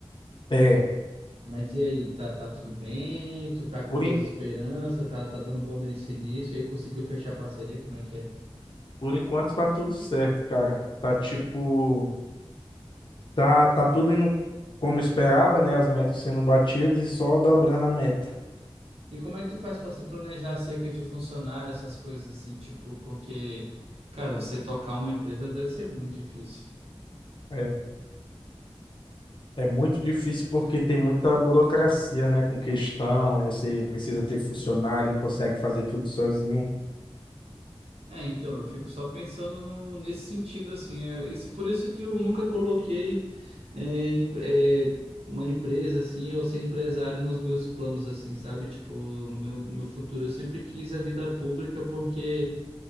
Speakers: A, on the left; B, on the right.
A: É,
B: Mas e aí, tá, tá tudo bem? Tu tá com
A: por,
B: boas
A: en-
B: esperanças? Tá, tá dando bom nesse início? Aí conseguiu fechar a parceria? Como é que é?
A: por enquanto tá tudo certo, cara. Tá tipo.
B: Tu-
A: Tá, tá tudo indo como esperava, né? As metas sendo batidas e só dobrando a meta.
B: E como é que tu faz pra se planejar acerca de funcionário, essas coisas assim, tipo, porque, cara, você tocar uma empresa deve ser muito difícil.
A: É, é muito difícil porque tem muita burocracia, né? Com questão, você precisa ter funcionário, não consegue fazer tudo sozinho.
B: É, então, eu fico só pensando no- nesse sentido, assim, é, isso, por isso que eu nunca coloquei é, em- é, uma empresa, assim, ou ser empresário nos meus planos, assim, sabe? Tipo, no meu, no meu futuro, eu sempre quis a vida pública porque